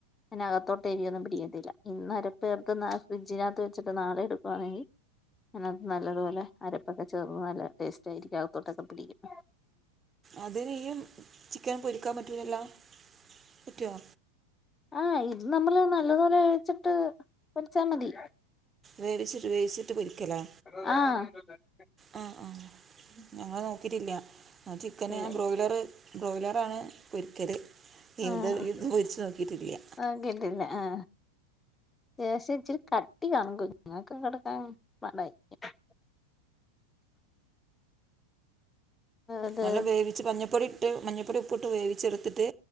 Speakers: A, on the left (about 15°); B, on the right (about 20°).
A: അതിനകത്തോട്ടേരിയൊന്നും പിടിക്കത്തില്ല ഇന്നര പേർത്ത് ഫ്രിഡ്ജിനകത്ത് വച്ചിട്ട് നാളെ എടുക്കുവാണെങ്കിൽ അതിനകത്ത് നല്ലതുപോലെ അരപ്പൊക്കെ ചേർന്ന് നല്ല ടേസ്റ്റ് ആയിരിക്കും അകത്തോട്ടൊക്കെ പിടിക്കും
B: അതിന് ഇം ചിക്കൻ പൊരിക്കാൻ പറ്റൂലല്ലോ പറ്റുവോ
A: ആഹ ഇത് നമ്മള് നല്ലതു പോലെ വേവിച്ചിട്ട് വെച്ചാ മതി
B: വേവിച്ചിട്ട് വേവിച്ചിട്ട് പൊരിക്കലേ
A: ആഹ
B: ആ ആ ഞങ്ങള് നോക്കിട്ടില്ല ആ ചിക്കന്
A: ഇല്ല
B: ബ്രോയിലർ
A: ഇല്ല
B: ബ്രോയിലറാണ് പൊരിക്കല് ഇത്
A: ആഹ്
B: പൊരിച്ച് നോക്കിട്ടില്ല്യ
A: നോക്കിട്ടില്ല ആഹ ദേഷ്യം യിട്ട് കട്ടി കാണും കുഞ്ഞു ങ്ങക്ക് കൊടുക്കാൻ പാടായിരിക്കും അത്
B: നല്ല വേവിച്ച് മഞ്ഞപ്പൊടി ഇട്ട് മഞ്ഞപ്പൊടി ഉപ്പുട്ട് വേവിച്ചെടുത്ത്ട്ട്